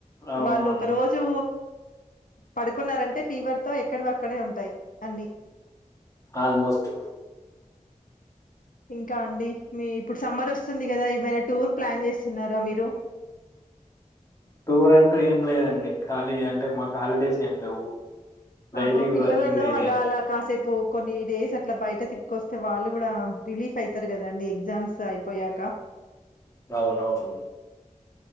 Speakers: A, on the left; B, on the left.
A: అవునవును
B: వాళ్లు ఒక రోజు పడుకున్నారంటే ఫీవర్తో ఎక్కడివక్కడే ఉంటాయి అన్ని
A: ఆల్మోస్ట్
B: ఇంకా అండి మీ ఇప్పుడు సమ్మర్ వస్తు స్తుంది కదా ఏమైనా టూర్ ప్లాన్ చేస్తున్నారా మీరు
A: టూర్ అంటే ఏం లేదండి ఖాళీ అంటే మాకు హాలిడేస్ ఏం లేవు డైలీ
B: ఆహా పిల్లలను
A: వర్కింగ్ డేనే
B: అలా అలా కాసేపు ఓ కొన్ని డేస్ అట్లా బయట తిప్పుకొస్తే వాళ్ళు కూడా రిలీఫ్ అయితారు కదా అండి ఎగ్జామ్స్ అయిపోయాక
A: అవునవును